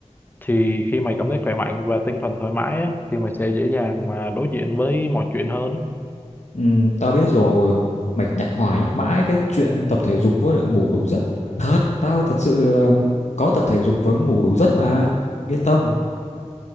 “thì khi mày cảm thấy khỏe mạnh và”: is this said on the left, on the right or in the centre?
Left